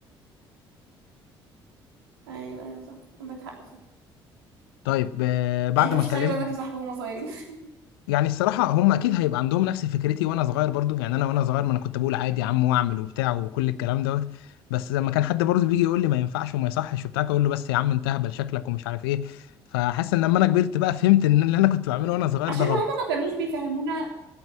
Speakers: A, on the right; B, on the left.
A: ايوه ايوه صح عندك حق فيه.
B: طيب آه، بعد
A: يعني انت
B: ما
A: مش تخلي
B: اتكلمنا
A: ولادك يصاحبوا وهم صغيرين <laughs>
B: يعني الصراحة هم أكيد هيبقى عندهم نفس فكرتي وأنا صغير برضو يعني أنا وأنا صغير ما أنا كنت بقول عادي يا عم وأعمل وبتاع وكل الكلام دوت بس لما كان حد برضو بيجي يقول لي ما ينفعش وما يصحش وبتاع أقول له بس يا عم انت هبل شكلك ومش عارف إيه فحاسس إن لما أنا كبرت بقى فهمت إن اللي أنا كنت بعمله وأنا صغير
A: عشان
B: ده غلط
A: هما ما كانوش بيفهمونا